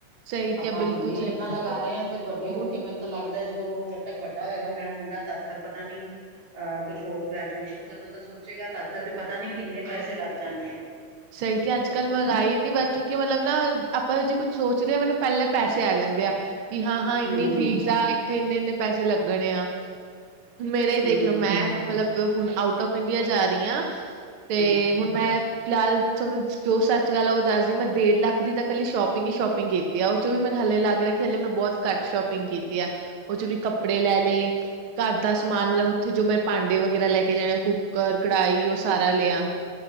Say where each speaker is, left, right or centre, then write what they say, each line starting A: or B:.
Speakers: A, on the right (about 60°); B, on the right (about 45°).
A: ਸਹੀ ਕਿਹਾ,
B: ਆਪਾਂ
A: ਬਿਲਕੁਲ
B: ਹੁਣੇ ਈ
A: ਸਹੀ
B: ਇਨਾ
A: ਕਿਹਾ।
B: ਲਗਾ
A: ਹੁਣ
B: ਰੇ ਆ, ਤੇ ਵੱਡੇ ਹੋ
A: ਉਹੀ
B: ਕੇ ਮੈਨੂੰ ਤਾਂ ਲੱਗਦਾ, ਜਦੋਂ ਜਦ ਤੱਕ ਵੱਡ ਵੱਡਾ ਹੋਏਗਾ, ਮੇਰਾ ਮੁੰਡਾ ਤਦ ਤੱਕ ਪਤਾ ਨੀ ਆ ਕੁਛ ਹੋਰ ਗ੍ਰੈਜੂਏਸ਼ਨ ਕਰਨ ਦਾ ਸੋਚੇਗਾ, ਤਦ ਤੱਕ ਪਤਾ ਨੀ ਕਿੰਨੇ ਪੈਸੇ ਲੱਗ ਜਾਣਗੇ।
A: ਸਈ ਕਿਆ ਅੱਜ-ਕੱਲ ਮਗਾੰਈ ਇਨੀ ਵੱਧ ਚੁੱਕੀ, ਮਤਲਬ ਨਾ ਆਪਾਂ ਜੇ ਕੁੱਝ ਸੋਚਦੇ ਆ ਮੈਨੂੰ ਪੈਲਾਂ ਪੈਸੇ ਆ ਜਾਂਦੇ ਆ ਕਿ, ਹਾਂ-ਹਾਂ, ਇੰਨੀ
B: ਹਮ
A: ਫੀਸ ਆ। ਉੱਥੇ ਇੰਨੇ-ਇੰਨੇ ਪੈਸੇ ਲੱਗਣੇ ਆ। ਮੇਰਾ ਹੀ
B: ਹਮ
A: ਦੇਖਲੋ, ਮੈਂ ਮਤਲਬ ਹੁਣ ਆਊਟ ਆਫ ਇੰਡੀਆ ਜਾ ਰੀ ਆ, ਤੇ
B: ਹਮ
A: ਹੁਣ ਮੈਂ ਫਿਲਹਾਲ, ਤਹਾਨੂੰ ਜੋ ਸੱਚ ਗੱਲ ਆ, ਓ ਦੱਸਦੀ ਮੈਂ ਡੇਢ ਲੱਖ ਦੀ ਤਾਂ ਕੱਲੀ ਸ਼ੋਪਿੰਗ ਈ ਸ਼ੋਪਿੰਗ ਓ ਚੋਂ ਵੀ ਮੈਨੂੰ ਹਲੇ ਲੱਗ ਰਿਆ ਕੀ ਹਲੇ ਮੈਂ ਬੋਤ ਕੱਟ ਸ਼ੋਪਿੰਗ ਕੀਤੀ ਆ। ਔ ਚੋਂ ਵੀ ਕੱਪੜੇ ਲੈ ਲੇ। ਘਰ ਦਾ ਸਮਾਨ, ਮਤਲਬ ਉੱਥੇ ਜੋ ਮੈਂ ਪਾਂਡੇ ਵਗੈਰਾ ਲੈ ਕੇ ਜਾਣੇ, ਕੁੂਕਰ, ਕੜਾਈ, ਉਹ ਸਾਰਾ ਲਿਆ।